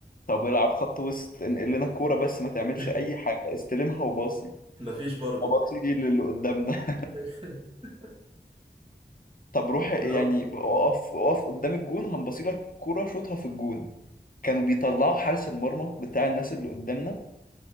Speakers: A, on the left; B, on the right.
A: طب العب خط وسط انقل لنا الكورة بس ما تعملش
B: <laughs>
A: اي حاجة استلمها وباصي
B: مفيش برضو
A: اباصي للي قدامنا
B: <laughs>
A: <laughs> طب روح يعني
B: اللي هو
A: اقف اقف قدام الجون هنبصي لك الكورة شوطها في الجون كانوا بيطلعوا حارس المرمى بتاع الناس اللي قدامنا